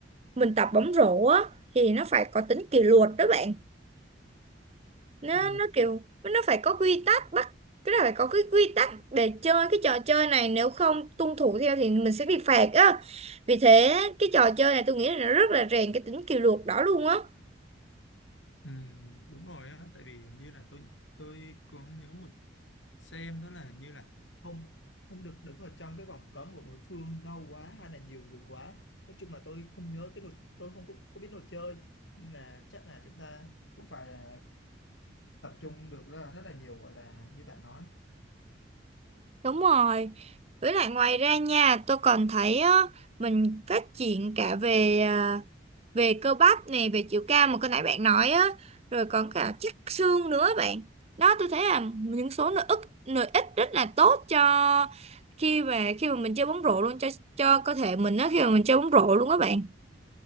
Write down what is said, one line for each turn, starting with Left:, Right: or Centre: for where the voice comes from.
Right: mình tập bóng rổ á thì nó phải có tính kỷ luật đó bạn nó
Left: Ừ,
Right: nó kiểu nó phải có quy tắc bắt cái là phải có cái quy tắc để chơi cái trò chơi này nếu không tuân thủ theo thì mình sẽ bị phạt á vì thế cái trò chơi này tôi nghĩ là nó rất là rèn cái tính kỷ luật đó luôn á
Left: Ừ, đúng rồi á tại vì hình như là tôi tôi có nhớ một xem đó là hình như là không không được đứng ở trong cái vòng cấm của đối phương lâu quá hay là nhiều người quá nói chung là tôi không nhớ cái luật tôi không có, có biết luật chơi nên là chắc là chúng ta cũng phải là tập trung được rất là, rất là nhiều gọi là như bạn nói
Right: Đúng rồi. Với lại ngoài ra nha, tôi còn thấy á, mình phát triển cả về về cơ bắp nè về chiều cao mà cái nãy bạn nói á rồi còn cả chắc xương nữa bạn đó tôi thấy là những số lợi ích lợi ích rất là tốt cho khi mà khi mà mình chơi bóng rổ luôn cho cho cơ thể mình á khi mà mình chơi bóng rổ luôn á bạn